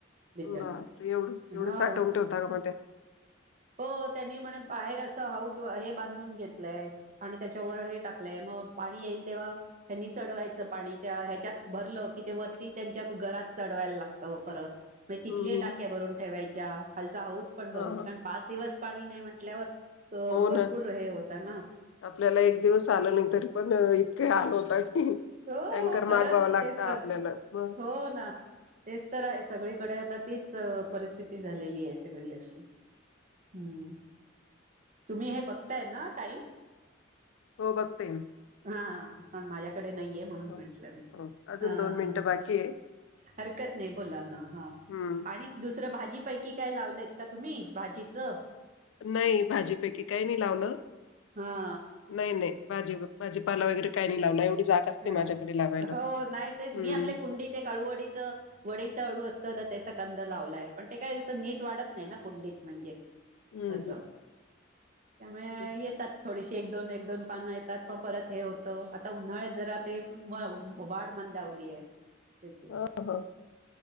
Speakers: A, on the right (about 40°); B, on the left (about 80°).
A: बिचार
B: बाप रे! एवढं एवढं
A: हो
B: साठऊंन ठेवता का? मग ते.
A: हो त्यांनी म्हणे बाहेर असं हाऊद व हे बांधून घेतलंय. आणि त्याच्यावर हे टाकलंय मग पाणी येईल तेव्हा ह्यानी चढवायचं पाणी. त्या ह्याच्यात भरलं की, ते वरती त्यांच्या घरात चढवायला लागतं परत. म्हणजे, तिथल्या
B: हम्म
A: टाक्या भरून ठेवायच्या. खालचा हाऊद पण भरून
B: हा
A: ठेवाय कारण पाच दिवस पाणी नाही म्हटंल्यावर अ
B: हो
A: भरपूर
B: ना.
A: हे होता ना?
B: आपल्याला एक दिवस आलं नाही तरी पण, इतके हालं होतात की
A: हो
B: टँकर
A: ओ खरंच
B: मागवावा लागता
A: तेच तर
B: आपल्याला मग
A: हो ना. तेच तर आहे. सगळीकडे आता तीच परिस्थिती झालेली आहे सगळी अशी. हम्म् तुम्ही हे बघताय ना? टाईम.
B: हो बघते ना.
A: हा पण माझ्याकडे नाहीये, म्हणून
B: हो
A: म्हंटलं मी.
B: हो. अजून
A: ह
B: दोन मिनिटं
A: ह
B: बाकी आहे
A: हरकत नाही बोला ना ह
B: हम्म
A: आणि दुसरं भाजीपैकी काय लावलंयत का तुम्ही? भाजीचं.
B: नाही भाजीपैकी काही नाही लावलं.
A: हा.
B: नाही-नाही भाजी भाजीपाला वगैरे काही नाही लावला. एवढी जागा असते
A: अ
B: माझ्याकडे लावायला
A: हो नाही तेच
B: हम्म
A: मी आपल्या कुंडीत एक आळुवडीच वडीचा अळू असतो ना? त्याचा कांद लावलाय. पण ते कायं नीट वाढत नाही ना? कुंडीत म्हणजे
B: हम्म
A: अस.
B: हम्म,
A: त्यामुळे
B: हम्म.
A: येतात. थोडीशी एक-दोन, एक-दोन पानं येतात. पण परत हे होतं, आता उन्हाळ्यात जरा ते व वाढ मंदावली आहे त्याची
B: अ ह